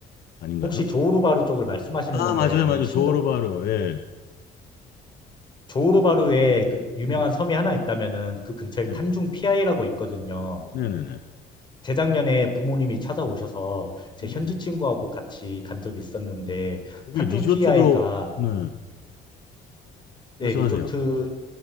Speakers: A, on the left; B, on the left.
A: 아닌가요?
B: 혹시 조호르바루 쪽을 말씀하시는
A: 아,
B: 건가요?
A: 맞아요,
B: 아니면
A: 맞아요.
B: 싱가
A: 조호르바르. 예.
B: 조호르바루에 그 유명한
A: 네,
B: 섬이 하나 있다면은 그 근처에
A: 네,
B: 탄중 피아이라고 있거든요.
A: 네, 네, 네.
B: 재작년에 부모님이 찾아오셔서 제
A: 음.
B: 현지 친구하고 같이 간 적이 있었는데
A: 여기
B: 탄중
A: 리조트도,
B: 피아이가
A: 네,
B: 네,
A: 말씀하세요.
B: 리조트